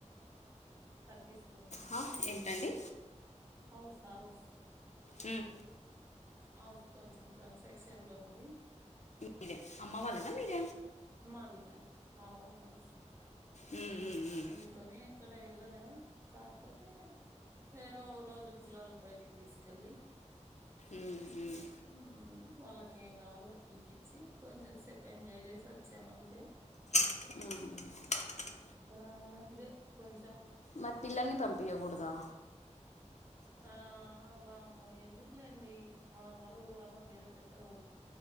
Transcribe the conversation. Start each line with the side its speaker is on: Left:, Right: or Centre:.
Right: క ట్టిస్తు ఉంటాం
Left: హా, ఏంటండి
Right: హౌస్ హౌస్
Left: మ్
Right: హౌస్ కొంచెం కన్స్టక్షన్ లో ఉంది
Left: మీదే అమ్మ వాళ్ళద మీద
Right: మాది మాది మా ఒన్ హౌస్
Left: ఉమ్, ఉమ్, ఉమ్,
Right: అందుకనే ఎక్కడ ఎళ్లలే కాకపోతే వేరే రోజు పిల్లల్ని బయటికి తీసుకెళ్ళి
Left: ఉమ్, ఉమ్.
Right: మ్ వాళ్ళకేం కావాళొ తీ ఇప్పించి కొంచెం సేపు ఎంజాయ్ చేసి వచ్చామంతే
Left: మ్ హు
Right: ఆ ఇదే కొంచ్
Left: మరి పిల్లల్ని పంపియకూడదా
Right: ఆ వామ్మో ఎందుకులేండి మన బరువు వల్ల మీద పెట్టకూ